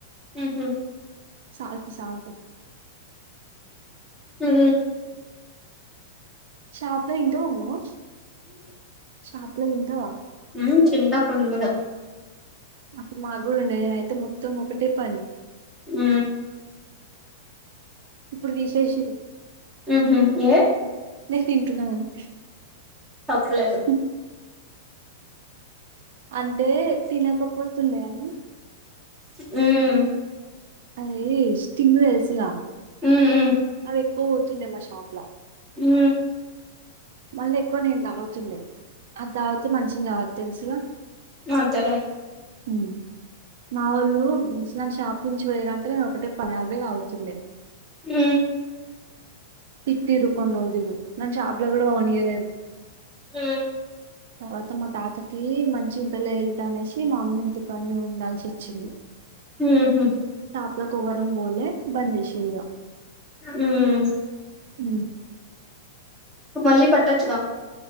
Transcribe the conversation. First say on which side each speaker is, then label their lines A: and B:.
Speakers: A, on the right (about 15°); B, on the right (about 70°).
A: హ హ
B: సాల్ట్ సాల్ట్
A: హు
B: షాపులో తింటావా నువ్వు షా ఎట్ల తింటావా
A: హు తింటా ఫుల్ గా
B: అప్పుడు మాకు ఉండే అయితే మొత్తం ఒక్కటే పని
A: హు
B: ఇప్పుడు తీసేసిరు
A: హుహు ఏ
B: నేను తింటున్నా అని
A: తప్పులేదు
B: హుహూ అంటే
A: ఉమ్
B: తినక పోతుండే అని
A: యూ
B: అయి స్టింగుడు ఏసి గా
A: ఉమ్ ఉమ్
B: అయి పోతుండే మా షాప్ లా
A: హు
B: మళ్ళీ ఎక్కువ నేను తాగుతుండే అది తాగితే మనిషి ఇంకా తెలుసుగా
A: అంతే లే
B: ఉ మా వాళ్ళు నన్ను షాప్ నుంచి పోయరంటే నేను ఒక్కటే పని అదే అవుతుండే
A: ఊ
B: తిట్టిర్రు కొన్ని రోజులు నన్ను షాపులోకి కూడా పోనీయలేదు
A: ఆ
B: తర్వాత మా తాతకి మంచి ఉంటాలే వెళ్తా అనేసి మా అమ్మ ఇంటి కాడ నే ఉండాల్సి వచ్చింది
A: హుహు
B: ఇళ్లకు ఎవరం పోలే
A: యూ
B: బంద్ చేసిర్రు ఇగ అ
A: మళ్ళీ పట్టచు గా